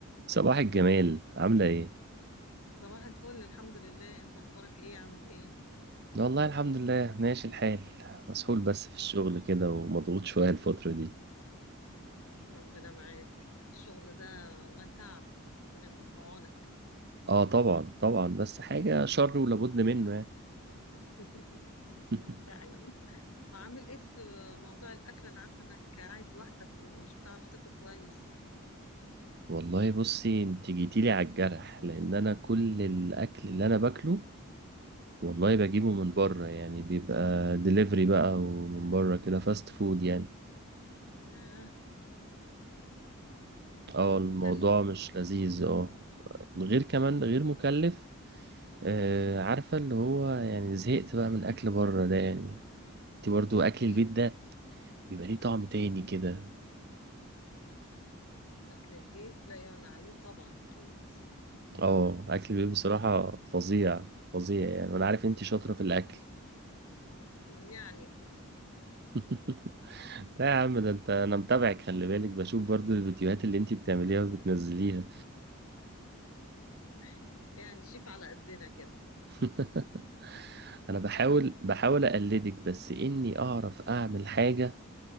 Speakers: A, on the right; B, on the left.
A: صباح الجمال عاملة ايه؟
B: صباح الفل الحمد لله انت اخبارك ايه عامل ايه
A: والله الحمد لله ماشي الحال مسحول بس في الشغل كده ومضغوط شوية الفترة دي
B: ربنا معاك الشغل ده والله تعب ربنا يكون في عونك
A: اه طبعا طبعا بس حاجة شر ولابد منه يعني
B: <laughs>
A: <laughs>
B: اه فعلا وعامل ايه في موضوع الاكل انا عارفه انك قاعد لوحدك ومش بتعرف تاكل كويس
A: والله بصي انت جيتيلي على الجرح لان انا كل الاكل اللي انا باكله والله بجيبه
B: مم.
A: من بره يعني بيبقى دليفري بقى ومن بره كده فاست فود يعني
B: ياه
A: اه
B: مكلف
A: الموضوع مش لذيذ اه غير كمان غير مكلف آه عارفة اللي هو يعني زهقت بقى من أكل بره ده يعني انت برضو اكل
B: اكيد
A: البيت ده بيبقى ليه طعم تاني كده
B: اكل البيت لا يعلى عليه طبعا اكيد
A: اه اكل البيت بصراحة فظيع فظيع يعني وانا عارف انت شاطرة
B: مم.
A: في الاكل
B: يعني
A: <laughs> لا يا عم ده انت انا متابعك خلي بالك بشوف برضو الفيديوهات اللي انت بتعمليها وبتنزليها
B: <laughs> يعني شيف على قدنا كده
A: <laughs> انا بحاول بحاول اقلدك بس اني اعرف اعمل حاجة